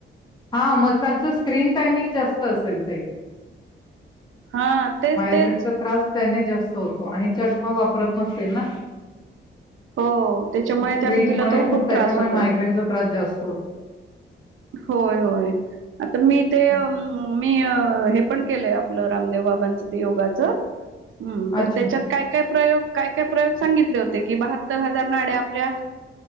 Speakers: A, on the left (about 20°); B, on the right (about 80°).
A: हा मग त्यांचं स्क्रीन टाइमिंग जास्त असेल ताई...
B: हा तेच
A: मायग्रेनचा
B: तेच...
A: त्रास त्याने जास्त होतो आणि चष्मा वापरत नसते ना
B: हो त्याच्यामुळे
A: स्क्रीनमुळे
B: त्या तिला तो
A: मग
B: खूप
A: त्याच्यामुळे
B: त्रास होतो.
A: मायग्रेनचा जास्त होत.
B: होय होय आता मी ते
A: आहे.
B: मी हे पण...... केलंय आपलं रामदेव बाबांच ते योगाचं. हम्म तर
A: अच्छा
B: त्याच्यात काय काय प्रयोग काय काय? प्रयोग सांगितले होते की बहात्तर हजार नाड आपल्या